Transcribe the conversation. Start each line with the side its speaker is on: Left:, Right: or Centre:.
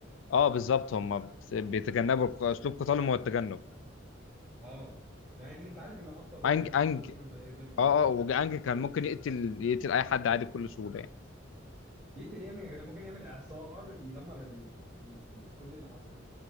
Left: اه بالظبط هم
Centre: بيسفول
Left: بيتجنبوا الق- اسلوب قتالهم هو التجنب
Centre: اه مع ان انت عارف ان اقوى بندرز
Left: أنج أنج
Centre: في الكون هم الاير بندرز
Left: اه اه وجانج
Centre: انت عارف
Left: كان
Centre: كده
Left: ممكن يقتل يقتل اي حد عادي بكل سهوله يعني
Centre: يقتل يا ابني كان ممكن يعمل اعصار يدمر ال... ال... ال... كل اللي حصل ده